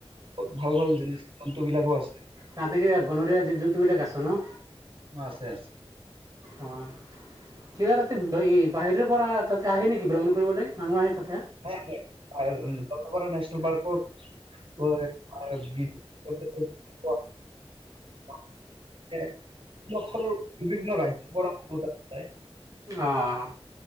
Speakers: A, on the right (about 65°); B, on the right (about 35°).
A: বহুত ভাল ভাল জিনিছ জন্তু বিলাকো আছে
B: তাতে কি ইয়াত বনৰীয়া জীব্-জন্তু বিলাক আছে ন?
A: আছে আছে।
B: অ, কিবা তাতে এই বাহিৰৰ পৰা তাতে আহে নিকি ভ্ৰমণ কৰিবলে? মানুহ আহে তাতে?
A: <unintelligible> <unintelligible>
B: অঁ,